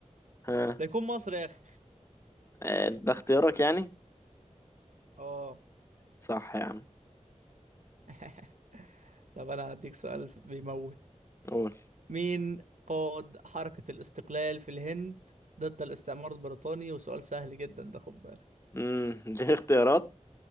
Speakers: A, on the left; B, on the right.
A: ها
B: ده يكون مصر يا اخي
A: آه، ده اختيارك يعني؟
B: اه
A: صح يا عم
B: <laughs> طب انا هديك سؤال بيموت
A: قول
B: مين قاد حركة الاستقلال في الهند ضد الاستعمار البريطاني وسؤال سهل جدا ده خد بالك
A: امم اديني اختيارات